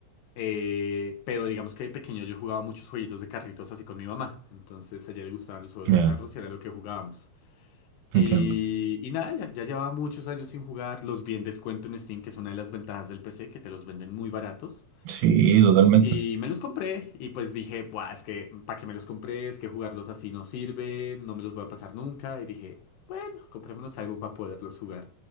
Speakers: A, on the left (about 80°); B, on the right (about 75°).
A: Eh, pero digamos que de pequeño yo jugaba muchos jueguitos de carritos así con mi mamá. Entonces a ella le gustaban los juegos
B: Ya,
A: de carros y era lo que jugábamos. Y,
B: entiendo.
A: y nada, ya, ya llevaba muchos años sin jugar. Los vi en descuento en Steam, que es una de las ventajas del PC, que te los venden muy baratos.
B: Sí, totalmente.
A: Y me los compré y pues dije, Buah, es que para qué me los compré, es que jugarlos así no sirve, no me los voy a pasar nunca. Y dije, bueno, comprémonos algo para poderlos jugar